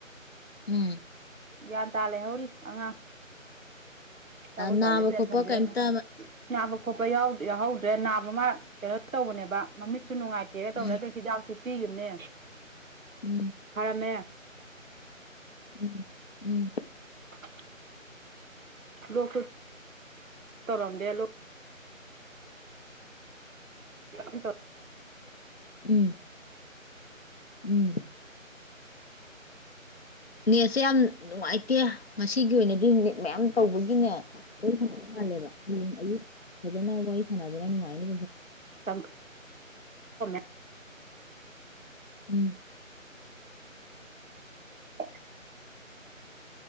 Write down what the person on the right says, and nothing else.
ꯒ꯭ꯌꯥꯟ ꯇꯥ ꯂꯩꯍꯧꯔꯤ ꯑꯉꯥꯡ ꯑꯆꯄꯣꯠꯀ
ꯂꯩꯕꯤꯔ
ꯊꯝꯕꯤꯔꯝꯃꯦ
ꯅꯥꯕ ꯈꯣꯠꯄ ꯌꯥꯎꯍꯧꯗ꯭ꯔꯦ ꯅꯥꯕ ꯑꯃ ꯀꯩꯅꯣ ꯇꯧꯕꯅꯦꯕ ꯃꯃꯤꯠꯁꯨ ꯅꯨꯡꯉꯥꯏ ꯇꯦꯏ ꯀꯩꯒ ꯇꯧꯔꯦ
ꯑꯗꯨ ꯍꯤꯗꯥꯛꯁꯦ ꯄꯤꯈꯤꯕꯅꯦ
ꯐꯔꯝꯃꯦ
<unintelligible> <inaudible> ꯇꯧꯔꯝꯗꯦ ꯂꯣꯛ <inaudible>
<unintelligible>
ꯪ ꯍ <inaudible>
<unintelligible>